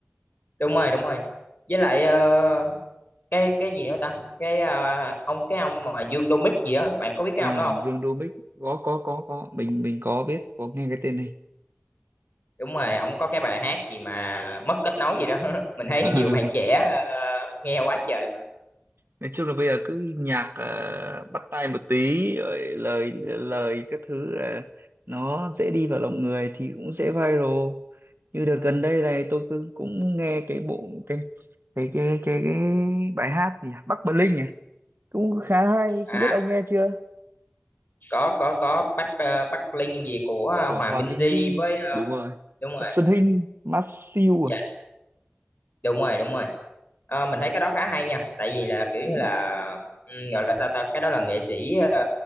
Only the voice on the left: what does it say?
đúng rồi đúng rồi với lại ờ, cái cái gì nữa ta cái ờ, ông cái ông mà Dương Đô gì á bạn có biết cái
ông đó
không
đúng rồi ổng có cái bài hát gì mà mất kết nối gì đó <laughs> mình thấy
nhiều bạn trẻ ờ, nghe quá trời mà
à
có có có Bắc ờ, Bắc Linh gì của
Hòa
Minh
Di với ờ,
đúng rồi
dạ,
đúng rồi đúng rồi Ờ, mình thấy cái đó khá hay nha tại vì là kiểu như
là ừ, gọi là sao ta cái đó là nghệ sĩ ờ,